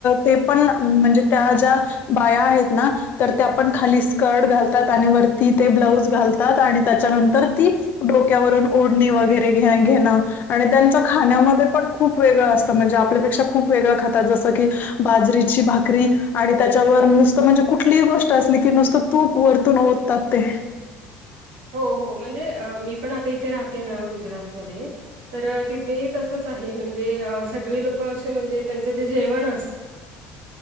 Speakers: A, on the left; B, on the right.
A: ते पण म्हणजे त्या ज्या बाया आहेत ना तर ते आपण खाली स्कर्ट घालतात आणि वरती ते ब्लाऊज घालतात आणि त्याच्यानंतर ती डोक्यावरून ओढणी वगैरे घे घेणं आणि त्यांच खाण्यामध्ये पण खूप वेगळं असतं म्हणजे आपल्यापेक्षा खूप वेगळं खातात जसं की बाजरीची भाकरी आणि त्याच्यावर नुसतं म्हणजे कुठलीही गोष्ट असली की नुसतं तूप वरतून ओततात ते.
B: हो हो म्हणजे मी पण आता इथे राहते ना गुजरातमध्ये तर तिथे तसंच आहे म्हणजे सगळी लोक असे म्हणजे त्यांचं जे जेवण असत.